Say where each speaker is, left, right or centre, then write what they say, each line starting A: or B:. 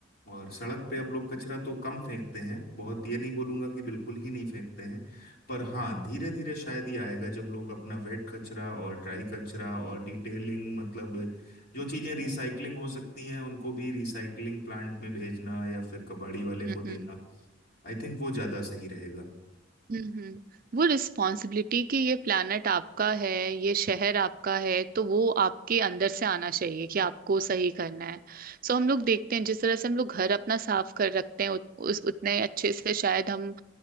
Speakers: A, on the left (about 55°); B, on the right (about 50°).
A: और सड़क पे अब लोग कचरा तो कम फेंकते हैं बहुत ये नहीं बोलूंगा कि बिल्कुल ही नहीं फेंकते हैं पर हाँ धीरे धीरे शायद ये आएगा जब लोग अपना वेट कचरा और ड्राई कचरा और डिटेलिंग मतलब जो चीजें रिसाइकलिंग हो सकती हैं उनको भी रिसाइकलिंग प्लांट में भेजना या फिर कबाड़ी वाले को
B: हम्म
A: देना
B: हम्म
A: आई थिंक वो ज्यादा सही रहेगा
B: हम्म वो रिस्पॉन्सिबिलिटी कि ये प्लानट आपका है ये शहर आपका है तो वो आपके अंदर से आना चाहिए कि आपको सही करना है सो हम लोग देखते हैं जिस तरह से हम लोग घर अपना साफ कर रखते हैं उत, उस उतने अच्छे से शायद हम